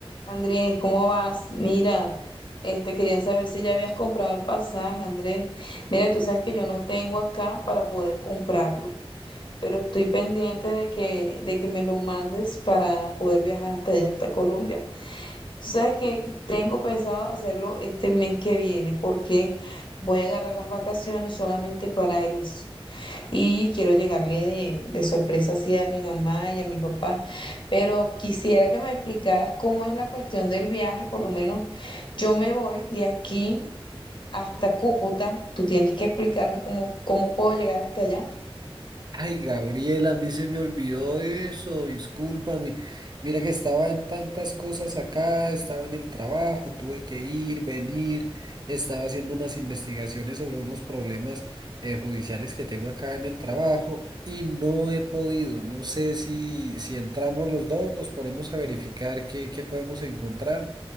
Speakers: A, on the left (about 50°); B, on the right (about 45°).
A: Andrés, ¿cómo vas? Mira, este quería saber si ya habías comprado el pasaje, Andrés. Mira, tú sabes que yo no tengo acá para poder comprarlo, pero estoy pendiente de que, de que me lo mandes para poder viajar hasta allá, hasta Colombia. Tú sabes que tengo pensado hacerlo este mes que viene, porque voy a agarrar las vacaciones solamente para eso y quiero llegarle de, de sorpresa así a mi mamá y a mi papá. Pero quisiera que me explicaras cómo es la cuestión del viaje, por lo menos yo me voy de aquí hasta Cúcuta, tú tienes que explicarme cómo, cómo puedo llegar hasta allá.
B: Ay, Gabriela, a mí se me olvidó eso, discúlpame. Mira que estaba en tantas cosas acá, estaba en el trabajo, tuve que ir, venir, estaba haciendo unas investigaciones sobre unos problemas eh, judiciales que tengo acá en el trabajo y no he podido. No sé si, si entramos los dos, nos ponemos a verificar qué, qué podemos encontrar.